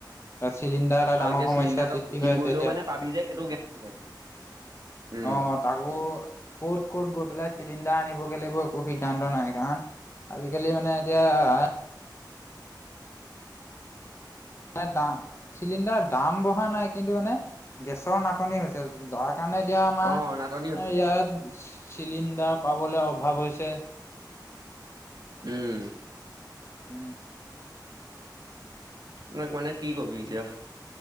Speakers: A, on the left; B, on the right.
A: চিলিণ্ডাৰ এটা
B: আৰু
A: ডাঙৰ
B: এতিয়া
A: সমস্যাৰ
B: চিলিণ্ডাৰ তই
A: সৃষ্টি
B: বুকিং
A: হৈ আছে
B: কৰিলেও
A: এতিয়া।
B: মানে পাবি যে সেইটো গেৰাণ্টি নাই। উম
A: অঁ তাকো ক'ত ক'ত গৈ পেলাই চিলিণ্ডাৰ আনিবগৈ লাগিব একো সিদ্ধান্ত নাই, কাৰণ আজিকালি মানে এতিয়া আহ দা চিলিণ্ডাৰ দাম বঢ়া নাই কিন্তু মানে গেছৰ নাটনি হৈছে, যাক সেইকাৰণে এতিয়া আমাৰ
B: অ নাটনি হৈছে
A: ইয়াত চিলিণ্ডাৰ পাবলে অভাৱ হৈছে।
B: উম।
A: উম।
B: এইবিলাক মানে কি কবি এতিয়া,